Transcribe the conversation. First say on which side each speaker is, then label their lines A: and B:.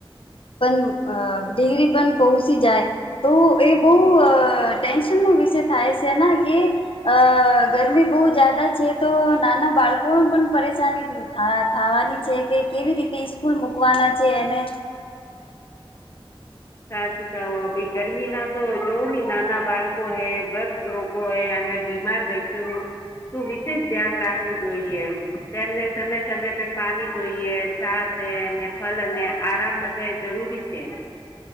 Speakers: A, on the left; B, on the left.
A: પણ અ ડિગ્રી પણ પહોંચી જાય તો એ બહુ ટેન્શન નો વિષય થાય છે. કે અ ગરમી બહુ જાદા છે તો નાના બાળકો પણ પરેશાની થવાની છે કે કેવી રીતે સ્સ્કૂલ મૂકવાના છે એને?
B: <inaudible> સાચી કો ભી ગરમી ના તો જોઓ ને નાના બાળકો હૈ ભત લોકો હૈ બીમાર વ્યક્તિનું શ વિશેષ ધ્યાન રાખવું જોઈએ. તેમને સમય સમય પે પાણી જોઈએ છાસ અને ફલ અને આરામ માટે જરૂર જોબી છે.